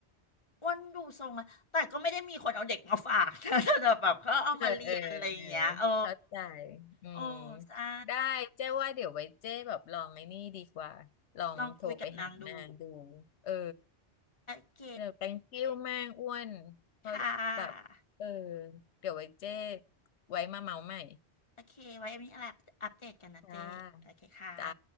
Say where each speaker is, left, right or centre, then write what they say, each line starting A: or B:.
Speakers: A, on the left (about 25°); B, on the left (about 80°).
A: อ้วนดูทรงอะแต่ก็ไม่ได้มีคนเอาเด็กมาฝากนะแต่แบบเขาเอามาเรียนอะไรอย่างเงี้ยเออ
B: เออเออเออเข้าใจอืม
A: โอ้ใช่
B: ได้เจ๊ว่าเดี๋ยวไว้เจ๊แบบลองไอ้นี่ดีกว่าลองโทรไปหานางดู
A: ลองคุยกับนางดู
B: เออ
A: โอเค
B: เดี๋ยว thank you มากอ้วนเพราะแบบเออ
A: ค่ะ
B: เดี๋ยวไว้เจ๊ไว้มาเมาใหม่
A: โอเคไว้มีอะไรอัปเดตกันนะเจ๊โอเคค่ะ
B: จ้าจ้า